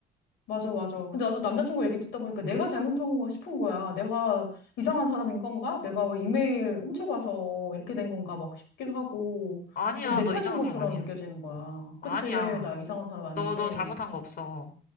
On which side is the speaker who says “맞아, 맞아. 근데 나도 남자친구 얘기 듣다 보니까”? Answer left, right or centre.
Left